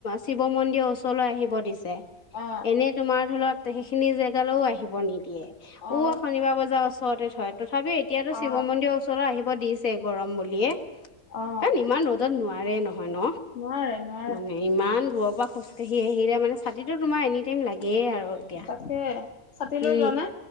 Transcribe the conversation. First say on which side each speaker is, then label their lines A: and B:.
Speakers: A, on the left (about 65°); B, on the left (about 50°).
A: শিৱ মন্দিৰৰ ওচৰলৈ আহিব দিছ। <unintelligible>
B: অ
A: এনে তোমাৰ ধইলক <unintelligible> খিনি জেগালৈও আহিব নিদিয়ে।
B: অ
A: ও শনিবাৰ বজাৰ ওচৰতে থয়, তথাপিও এতিয়াতো
B: অ
A: শিৱ মন্দিৰৰ ওচৰত আহি <unintelligible> দিছে গৰম বুলি। ইয়ে,
B: অ
A: কাৰণ ইমান ৰ'দত নোৱা আৰে নহয় ন?
B: নোৱাৰে নোৱাৰে
A: মানে ইমান। <unintelligible> খোজকাঢ়ি‌ আহিলে মানে ছাটিটো তোমাৰ এনি টাইম লাগ এইয়ে আৰু এতিয়া,
B: তাকে ছাতি
A: উ,
B: লৈ যোৱা নে